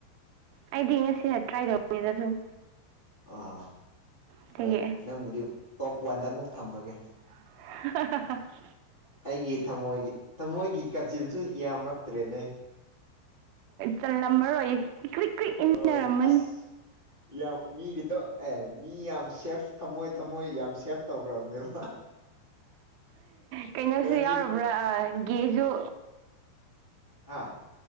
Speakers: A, on the right (about 85°); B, on the left (about 20°).
A: ꯑꯩꯗꯤ ꯉꯁꯤꯅ ꯇ꯭ꯔꯥꯏ ꯇꯧꯕꯅꯦꯗ‌ ꯁꯨꯝ
B: ꯑꯥ
A: ꯑꯗꯒꯤ
B: ꯍꯣꯏ ꯅꯪꯕꯨꯗꯤ ꯇꯣꯞ ꯋꯥꯟꯗ ꯑꯃꯨꯛ ꯊꯝꯃꯒꯦ
A: <unintelligible>
B: ꯑꯩꯒꯤ ꯊꯃꯣꯏꯒꯤ ꯊꯃꯣꯏꯒꯤ ꯀꯥꯆꯤꯟꯁꯨ ꯌꯥꯝꯔꯛꯇ꯭ꯔꯦꯅꯦ
A: ꯆꯜꯂꯝꯃꯔꯣꯏ ꯀ꯭ꯔꯤꯛ ꯀ꯭ꯔꯤꯛ ꯏꯟꯅꯔꯝꯃꯅꯤ
B: ꯍꯣꯏ ꯑꯁ ꯌꯥꯝ ꯃꯤꯒꯤꯗꯣ ꯑꯦ ꯃꯤ ꯌꯥꯝ ꯁꯦꯐ ꯊꯝꯃꯣꯏ ꯊꯝꯃꯣꯏ ꯌꯥꯝ ꯁꯦꯐ ꯇꯧꯒ꯭ꯔꯕꯅꯦꯕ
A: ꯀꯩꯅꯣꯁꯨ
B: ꯅꯪꯖꯤ
A: ꯌꯥꯎꯔꯕ꯭ꯔꯥ ꯑ ꯒꯦꯖꯨ
B: ꯍꯥ